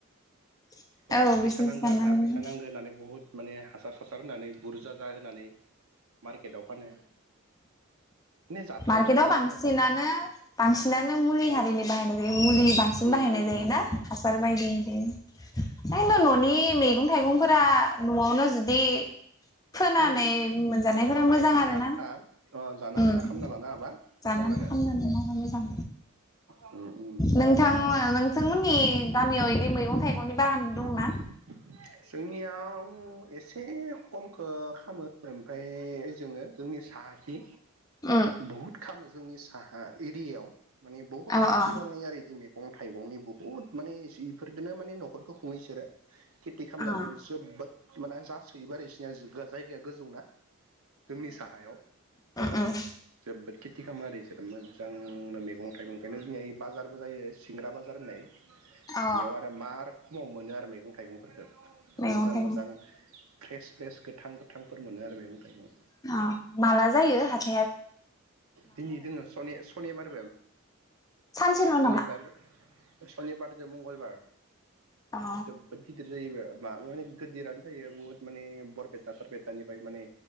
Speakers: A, on the left; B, on the right.
A: <inaudible>
B: फुरा फैसा
A: बिजनेस
B: नांगो
A: साननानै
B: आरो ना। फैसा नांगो होननानै बुहुद माने हासार हासार होनानै बुरजा जा होनानै। मारकेथाव फानो। माने जाथाव
A: मारकेटाव
B: जायोआनो
A: बांसिनानो बांसिनानो मुलि हारिनि बाहायनाय जायो। मुलि बांसिन
B: उम
A: बाहायनाय
B: उम
A: जायोना
B: उम उम
A: हासार बायदि बे दांद न'नि मैगं थाइगंफोरा न'आवनो जुदि फोनानै
B: उम अ
A: मोनजानायफोरा
B: बाहाय
A: मोजां
B: जानो
A: आरो
B: आमथा
A: ना
B: अ जानो
A: उम।
B: आमथा खालामना लानो हाबा
A: जानानै
B: मोजां आरो
A: खामनानै मावना मोजां
B: उम उम
A: नोंथां नोंथांमोननि गामियाव इदि मैगं थाइगंनि बागान
B: जोंनियाव
A: दंना
B: एसे खम ओ खामो ओमफाय जोङो जोंनि साहाथि
A: उम
B: बुहुद खामो जोंनि साहा एरियाव माने बुहुत
A: अ
B: खेथि
A: अ
B: बानायो आरो रेडिमेड। गं थाइगंनि बुहुथ माने जिफोरदोनो माने न'खरखौ खुङो इसोरो। खेथि खालामनानै
A: अ
B: जोबोद माने जासोयोबो आरो इसोरनिया जायगाया गोजौ ना। जोंनि साहायाव
A: ओं
B: जोबोद खेथि खालामो आरो इसोरो मोजांनो मैगं थाइगं ओंखायनो जोंनि बाजारबो जायो सिंग्रा बाजार होननाय। बेयाव
A: अ
B: आरो मार खमाव मोनो आरो मैगं थाइगंफोरखौ आरो
A: मैगं
B: मोजां
A: थाइगं
B: मोजां फ्रेस फ्रेस गोथां गोथांफोर मोनो आरो मैगं थाइगं।
A: अ' माला जायो हा -
B: दिनै जोङो सनि सनिबाद
A: सानसेल'
B: <unintelligible>
A: नामा
B: सनिबार सनिबारदो मंगलबार
A: अ
B: जोबोद गिदिर जायोबा। बा माने गोदिरानो जायो। बुहुत माने बरपेटा सरपेटानिफ्राय माने